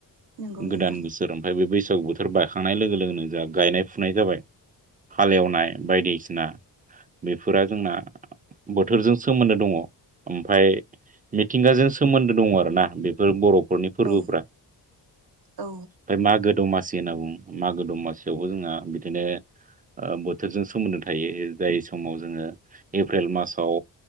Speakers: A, on the right (about 60°); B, on the right (about 20°).
A: नंगौ
B: गोदान
A: नोंथां
B: बोसोर ओमफाय बे बैसागु बोथोर बायखांनाय लोगो लोगोनो जोंहा गायनाय फुनाय जाबाय। हालेवनाय बायदिसिना बेफोरा जोंना बोथोरजों सोमोन्दो दङ। ओमफ्राय मिथिंगाजों सोमोन्दो दङ आरो ना बेफोर बर' फोरनि फोरबोफ्रा
A: औ औ
B: ओमफ्राय मागो दमा सि होनना बुं मागो दमासियावबो जोंहा बिदिनो। बोथोरजों सोमोन्दो थायो जाय समाव जोङो एप्रिल मासाव।